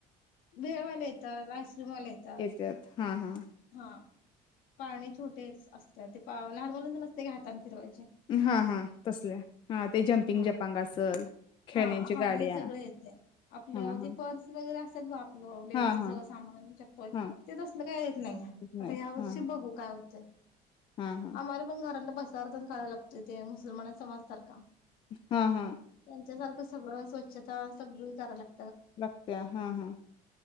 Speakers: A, on the left; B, on the left.
A: भेळवाले येतात. आईस आईस्क्रीम वाले येतात.
B: येत्यात हा हा.
A: हा पाळणे छोटेच असतात ते लहान मुलांच नसते का ते हातान फिरवाय
B: हा हा, तसले हा ते जम्पिंग
A: हा
B: जपांग असल. खेळण्यांच्या
A: हा हा
B: गाड्या
A: हे सगळ येतय. आपलं
B: हा हा
A: ते पर्स वगै असत्यात बघा. हो लेडीजच
B: हा हा
A: सगळ सामान चप्पल
B: हा
A: ते तसलं काही येत नाही
B: नाहीत
A: आता यावर्षी
B: हा
A: बघू काय होतंय
B: हा हा
A: आम्हाला पण घरातलं चारजण काढायला लागतय ते मुसलमाना समाजसारखा.
B: हा हा.
A: त्यांच्यासारखं सगळं स्वच्छता सगळी कराय लाग
B: लागत्या हा हा.